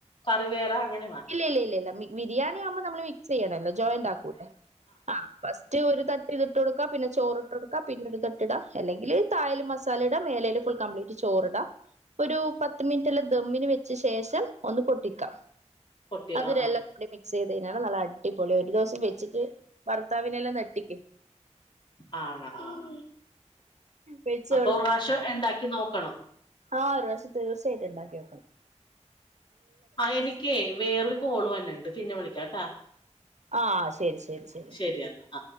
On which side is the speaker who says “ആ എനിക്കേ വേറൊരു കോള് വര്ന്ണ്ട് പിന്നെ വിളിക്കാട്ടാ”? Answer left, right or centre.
Left